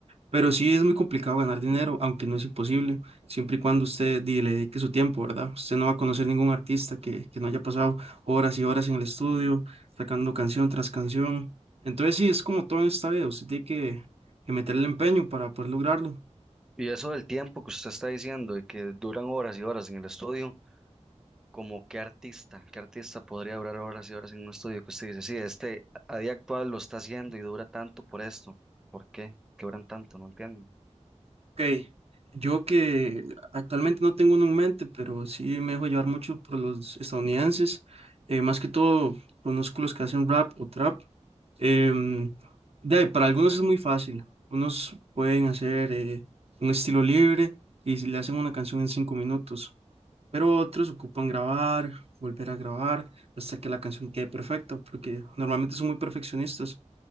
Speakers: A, on the right; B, in the centre.
A: pero sí es muy complicado ganar dinero, aunque no es imposible, siempre y cuando usted di- le dedique su tiempo, ¿verdad? Usted no va a conocer ningún artista que, que no haya pasado horas y horas en el estudio, sacando canción tras canción. Entonces sí, es como todo en esta vida, usted tiene que, que meterle empeño para poder lograrlo.
B: Y eso del tiempo que usted está diciendo y que duran horas y horas en el estudio. Como qué artista, qué artista podría durar horas y horas en un estudio que usted dice, sí, este a día actual lo está haciendo y dura tanto por esto. ¿Por qué? ¿Qué duran tanto? No entiendo.
A: Ok, yo que actualmente no tengo uno en mente, pero sí me dejo llevar mucho por los estadounidenses, eh, más que todo conozco los que hacen rap o trap Em, de ahí, para algunos es muy fácil. Unos pueden hacer eh, un estilo libre y si le hacen una canción en cinco minutos, pero otros ocupan grabar, volver a grabar hasta que la canción quede perfecta, porque normalmente son muy perfeccionistas.